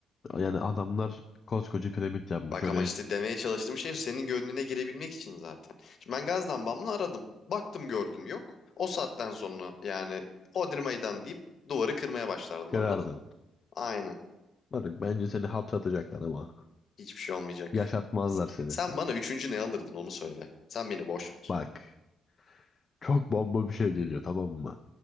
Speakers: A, on the left (about 40°); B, on the left (about 55°).
A: yani adamlar koskoca piramit yapmış
B: Bak
A: oraya
B: ama işte demeye çalıştığım şey senin gönlüne girebilmek için zaten. Şimdi ben gaz lambamla aradım. Baktım gördüm yok. O saatten sonra yani Hodri meydan deyip duvarı kırmaya başlardım
A: kırardın.
B: anladın? Aynen.
A: Bak bence seni hapse atacaklar ama
B: Hiçbir şey olmayacak.
A: yaşatmazlar seni.
B: Sen bana üçüncü ne alırdın onu söyle. Sen beni boş ver.
A: Bak çok bomba bir şey geliyor tamam mı?